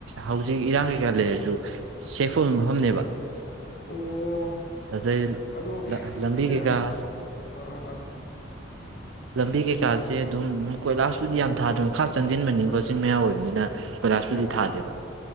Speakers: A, on the right; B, on the left.
A: ꯍꯧꯖꯤꯛ ꯏꯔꯥꯡ ꯀꯩꯀꯥ ꯂꯩꯔꯁꯨ ꯁꯦꯐ ꯑꯣꯏꯕ ꯃꯐꯝꯅꯦꯕ
B: ꯑꯣ
A: ꯑꯗꯨꯗꯩ
B: ꯑꯗꯨ
A: ꯂꯝꯕꯤ
B: ꯑꯩꯟ
A: ꯀꯩꯀꯥ
B: ꯑꯥ ꯑꯥ ꯑꯥ
A: ꯂꯝꯕꯤ ꯀꯩꯀꯥꯁꯦ ꯑꯗꯨꯝ ꯀꯣꯏꯂꯥꯁꯄꯨꯗꯤ ꯌꯥꯝ ꯊꯥꯗꯅ ꯃꯈꯥ ꯆꯪꯁꯤꯟꯕꯅꯤ ꯀꯣ ꯆꯤꯡ ꯃꯌꯥ ꯑꯣꯏꯕꯅꯤꯅ ꯀꯣꯏꯂꯥꯁꯄꯨꯗꯤ
B: ꯎꯝꯝ
A: ꯊꯥꯗꯦꯕ